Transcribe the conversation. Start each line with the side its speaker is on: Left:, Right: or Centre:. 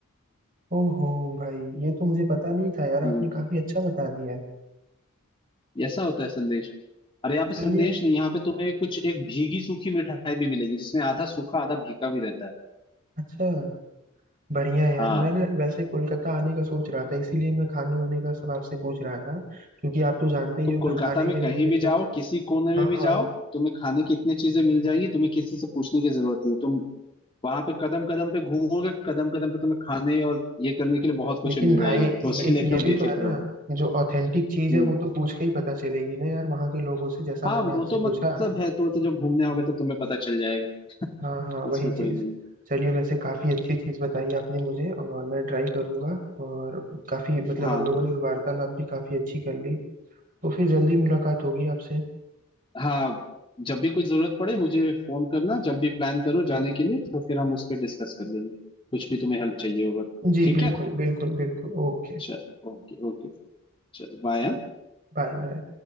Right: ओहो भाई ये तो मुझे पता नहीं था यार आपने
Left: हम्म
Right: काफी अच्छा बता दिया
Left: ऐसा होता है संदेश अरे यहाँ पे
Right: चलिए
Left: संदेश नहीं यहाँ पे तुम्हें कुछ एक भीगी सूखी मिठाई भी मिलेगी जिसमें आधा सूखा आधा भीगा भी रहता है
Right: अच्छा बढ़िया यार
Left: हाँ
Right: मैं ना वैसे कोलकाता आने का सोच रहा था इसीलिए मैं खाने वाने का सब आपसे पूछ रहा था क्योंकि आप तो जानते ही
Left: तुम
Right: हो मैं
Left: कोलकाता
Right: खाने
Left: में
Right: के लिए
Left: कहीं
Right: कितना
Left: भी जाओ किसी कोने में
Right: हाँ
Left: भी
Right: हाँ
Left: जाओ तुम्हें खाने की इतनी चीजें मिल जाएगी तुम्हें किसी से पूछने की जरूरत नहीं है तुम वहां पे कदम कदम पे घूमोगे कदम कदम पे तुम्हें खाने और ये करने के लिए बहुत कुछ
Right: लेकिन
Left: मिल
Right: भाई
Left: जाएगी
Right: ये
Left: तो उसके लिए एकदम
Right: ये भी
Left: बेफिक्र
Right: तो है ना
Left: रहो
Right: जो ऑथेंटिक चीज
Left: हम्म,
Right: है वो तो पूछ के ही पता चलेगी ना यार वहाँ के लोगों से जैसा
Left: हाँ
Right: मैंने
Left: वो
Right: आपसे
Left: तो मतलब
Right: पूछा
Left: है तो, वो तो जब घूमने आओगे तो तुम्हें पता चल जाएगा
Right: हाँ हाँ वही
Left: इसमें कोई
Right: चीज
Left: नहीं
Right: चलिए वैसे काफी अच्छी चीज बताई आपने मुझे और मैं ट्राई करूंगा और काफी मतलब
Left: हाँ
Right: हम लोगों ने वार्तालाप भी काफी अच्छी कर ली तो फिर जल्दी मुलाकात होगी आपसे
Left: हाँ जब भी कुछ जरूरत पड़े मुझे फोन करना जब भी प्लान करो जाने के लिए तो फिर हम उस पर डिस्कस कर लेंगे कुछ भी तुम्हें हेल्प चाहिए होगा तो
Right: जी
Left: ठीक
Right: बिल्कुल
Left: है
Right: बिल्कुल बिल्कुल ओके
Left: चल ओके ओके चल बाय
Right: Bye bye